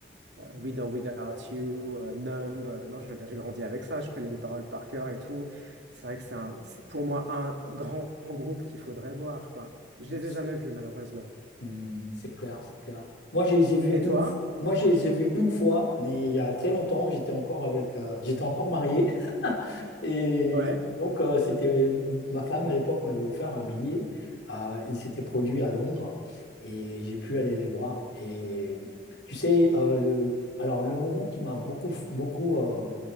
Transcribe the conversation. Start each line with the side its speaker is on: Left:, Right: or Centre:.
Right: euh, With or Without You, euh, Numb. euh, non, je veux dire, j'ai grandi avec ça. Je connais les paroles par cœur et tout. C'est vrai que c'est un- c'est pour moi un grand groupe qu'il faudrait voir, quoi. Je
Left: Ouais,
Right: les
Left: c'est
Right: ai jamais vus, malheureusement.
Left: Hmm, c'est clair, c'est clair. Moi, je les ai vus
Right: Et toi?
Left: une, f- moi, je les ai vus une fois, mais il y a très longtemps, j'étais encore avec, euh, j'étais encore marié, <laughs> et,
Right: Ouais.
Left: et donc euh, c'était ma femme à l'époque m'avait offert un billet. Euh, il s'était produit à Londres, et j'ai pu aller les voir. Et tu sais, euh, le, alors le moment qui m'a beaucoup, beaucoup euh,